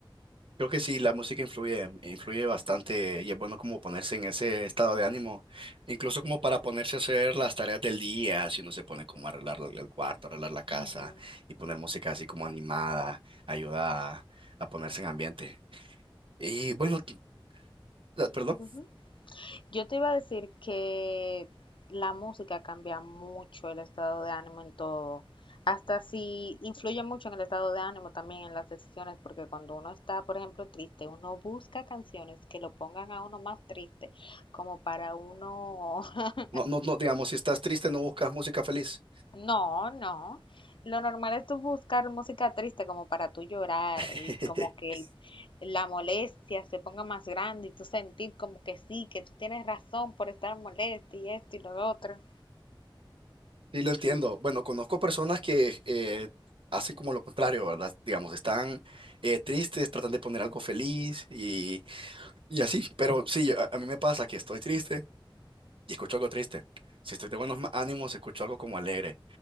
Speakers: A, on the right (about 75°); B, on the left (about 65°).
A: Creo que sí, la música influye, influye bastante y es bueno como ponerse en ese estado de ánimo, incluso como para ponerse a hacer las tareas del día, si uno se pone como a arreglar el el cuarto, arreglar la casa
B: Ujú,
A: y poner música así como animada, ayuda a, a ponerse en ambiente. Y bueno, t- ah, perdón.
B: ujú. Yo te iba a decir que la música cambia mucho el estado de ánimo en todo. Hasta si influye mucho en el estado de ánimo también en las decisiones, porque cuando uno está, por ejemplo, triste, uno busca canciones que lo pongan a uno más triste, como para uno... <laughs>
A: No, no, no, digamos, si estás triste, no buscas música feliz.
B: No, no. Lo normal es tú buscar música triste como para tú llorar
A: <laughs>
B: y como que el- la molestia se ponga más grande y tú sentir como que sí, que tú tienes razón por estar molesta y esto y lo otro.
A: Sí, lo entiendo.
B: Sí,
A: Bueno, conozco personas que eh, hacen como lo contrario, ¿verdad? Digamos, están eh, tristes, tratan de poner algo feliz y, y así. Pero sí, a, a mí me pasa que estoy triste y escucho algo triste. Si estoy de buenos ma- ánimos, escucho algo como alegre.